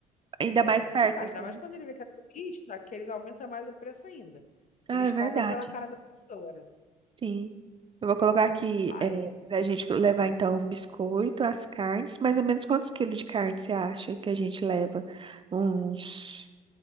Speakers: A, on the right; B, on the left.
A: Ainda
B: É,
A: mais
B: tudo
A: perto,
B: caro.
A: assim.
B: Ainda mais quando ele vê que é turista, que eles aumentam mais o preço ainda.
A: Ah,
B: Eles
A: é verdade.
B: cobram pela cara da pessoa, né?
A: Sim. Eu vou colocar aqui
B: Aí,
A: é, pra gente levar então biscoito, as carnes. Mais ou menos quantos quilos de carne você acha que a gente leva? Uns.